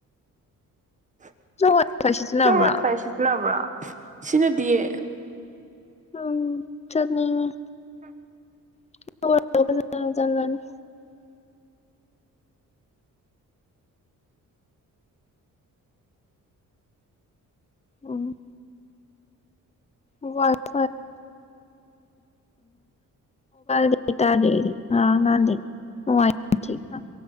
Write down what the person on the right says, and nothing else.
<unintelligible>
ꯁꯤꯖꯤꯟꯅꯗꯤꯌꯦ꯫
ꯆꯠ